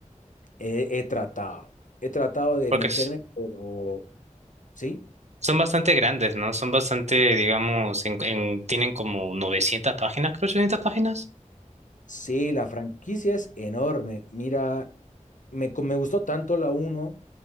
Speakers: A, on the left; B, on the right.
A: he, he tratado, he tratado de
B: Porque
A: meterme,
B: es-
A: pero sí.
B: son bastante grandes, ¿no? Son bastante, digamos, en, en- tienen como 900 páginas, creo, ochocientas páginas.
A: Sí, la franquicia es enorme. Mira, me, co- me gustó tanto la uno